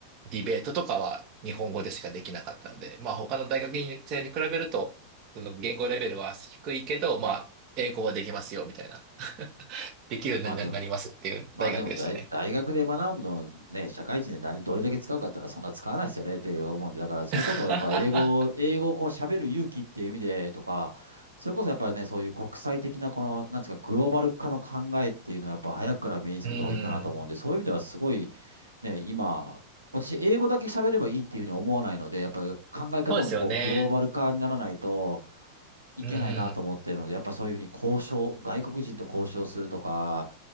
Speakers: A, on the right; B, on the right.
A: ディベートとかは日本語でしかできなかったので、まあ、他の大学生に比べると、その言語レベルは低いけど、まあ、英語はできますよ、みたいな。できるようにななりますっていう大学でしたね。
B: まあでも、まあでも大、大学で学ぶのをね、社会人で何、どれだけ使うかってのはそんな使わないですよねって思うんで、だからそれこそやっぱ英語、
A: <laughs>
B: 英語をこう喋る勇気っていう意味でとか、それこそやっぱりね、そういう国際的なこの、なんていうか、グローバル化の考えっていうのはやっぱ早くから身につけた方がいいかなと思うんで、
A: うん。
B: そういう意味ではすごい、ね、今、私、英語だけ喋ればいいっていうふうに思わないので、やっぱり考え方もこう、
A: そうですよね。
B: グローバル化にならないといけないなと思ってるので、
A: うんうん。
B: やっぱそういうふうに交渉、外国人と交渉するとか、